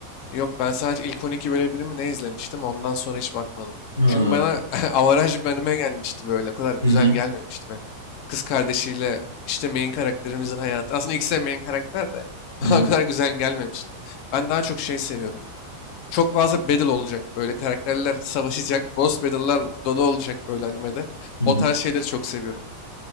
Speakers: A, on the left; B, on the right.
A: Yok ben sadece ilk 12 bölümünü mü ne izlemiştim ondan sonra hiç bakmadım.
B: Ha,
A: Çünkü bana <laughs> avaraj bir anime gelmişti böyle. O kadar güzel
B: Hı hı.
A: gelmemişti. Böyle. Kız kardeşiyle işte main karakterimizin hayatı. Aslında ikisi de main karakter de <laughs> bana
B: Hı hı.
A: o kadar güzel gelmemişti. Ben daha çok şey seviyorum. Çok fazla battle olacak böyle. Karakterler savaşacak. Boss battle'lar dolu olacak böyle animede.
B: Hı
A: O
B: hı.
A: tarz şeyleri çok seviyorum.